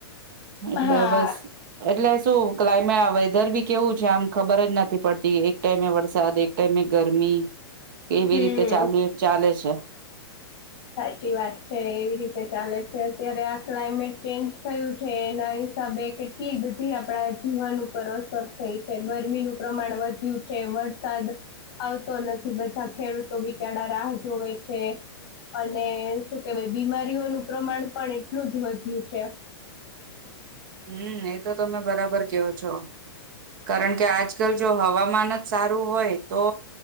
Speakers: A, on the right; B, on the left.
A: એટલે
B: હા
A: બસ એટલે શું ક્લાયમે આવે ગરમી બી કેવું છે આમ ખબર જ નથી પડતી એક ટાઈમે વરસાદ એક ટાઈમે ગરમી કેવી
B: હમ
A: રીતે ચાલુ ચાલે છે?
B: સાચી વાત છે એવી રીતે ચાલે છે અત્યારે આ ક્લાઇમેટ ચેન્જ થયું છે એના હિસાબે કેટલી બધી આપણા જીવન ઉપર અસર થઈ છે ગરમીનું પ્રમાણ વધ્યું છે. વરસાદ આવતો નથી બધા ખેડૂતો બિચારા રાહ જોવે છે. અને શું કેવાય બીમારીઓનું પ્રમાણ પણ એટલું જ વધ્યું છે.
A: હમ એ તો તમે બરાબર કયો છો. કારણ કે આજકાલ જો હવામાન જ સારું હોય તો